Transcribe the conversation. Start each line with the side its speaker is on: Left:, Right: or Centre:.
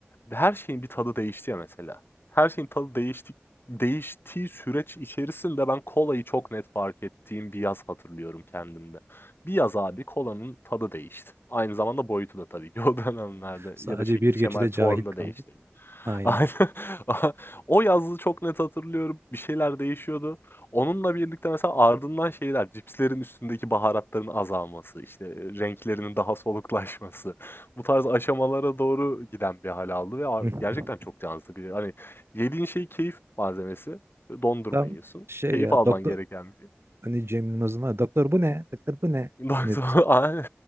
Left: her şeyin bir tadı değişti ya mesela. Her şeyin tadı değişti değiştiği süreç içerisinde ben kolayı çok net fark ettiğim bir yaz hatırlıyorum kendimde. Bir yaz abi kolanın tadı değişti. Aynı zamanda boyutu da tabii ki o <laughs> dönemlerde
Right: Sadece
Left: ya da şekil,
Right: bir geçide
Left: şemal,
Right: cahil
Left: formda
Right: kaldı.
Left: değişti. <laughs>
Right: Aynen.
Left: Aynen. <laughs> O yazı çok net hatırlıyorum. Bir şeyler değişiyordu. Onunla birlikte mesela ardından şeyler, cipslerin üstündeki baharatların azalması, işte, e, renklerinin daha soluklaşması, bu tarz aşamalara doğru giden bir hal aldı ve ar
Right: <laughs>
Left: gerçekten çok can sıkıcı. Hani, yediğin şey keyif malzemesi, dondurma
Right: Tam
Left: yiyorsun,
Right: şey
Left: keyif
Right: ya
Left: alman
Right: doktor
Left: gereken bir şey.
Right: hani Cem Yılmaz'ın var ya, doktor bu ne? Doktor bu ne?
Left: <laughs> Ondan
Right: Hani t-
Left: Aynen.